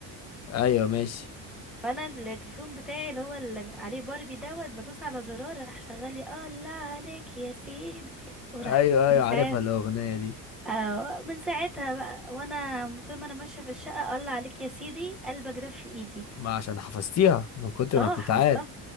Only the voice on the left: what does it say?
ايوه ماشي
ايوه
ايوه
عارفها الاغنيه دي
ما عشان حفظتيها من كتر
ما بتتعاد